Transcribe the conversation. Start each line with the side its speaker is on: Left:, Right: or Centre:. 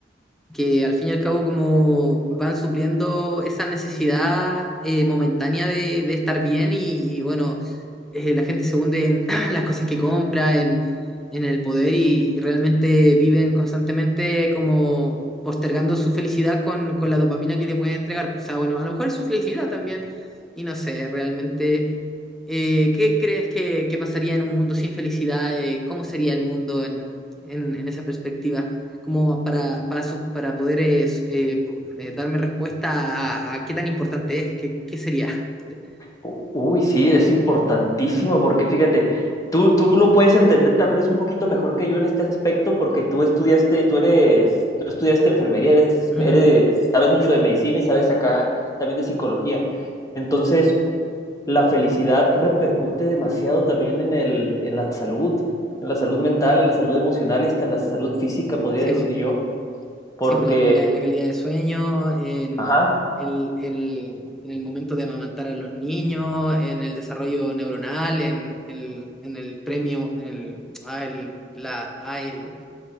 Centre: que al fin y al cabo como van supliendo esa necesidad eh, momentánea de, de estar bien y, y, bueno, eh, la gente se hunde en <clears throat> las cosas que compra, en, en el poder y, y realmente viven constantemente como postergando su felicidad con, con la dopamina que le pueden entregar. O sea, bueno, a lo mejor es su felicidad también y no sé, realmente, eh, ¿qué crees que, que pasaría en un mundo sin felicidad? Eh, ¿cómo sería el mundo en, en, en esa perspectiva? Como para, para, su- para poder es, eh, po- eh, darme respuesta a, a qué tan importante es, qué, qué sería. <laughs>
Left: U- Uy, sí, es importantísimo porque fíjate, tú, tú lo puedes entender tal vez un poquito mejor que yo en este aspecto porque tú estudiaste, tú eres, tú estudiaste enfermería, eres,
Centre: Ujú,
Left: eres, sabes mucho de medicina y sabes acá también de psicología. Entonces, la felicidad repercute demasiado también en el, en la salud, en la salud mental, en la salud emocional y hasta en la salud física, podría
Centre: Sí,
Left: decir
Centre: po.
Left: yo, porque,
Centre: Sí, pues la, la- la calidad de sueño, en
Left: ajá,
Centre: el, el- en el momento de amamantar a los niños, en el desarrollo neuronal, en, el, en el premio, en el, ah, el- la, ah, el-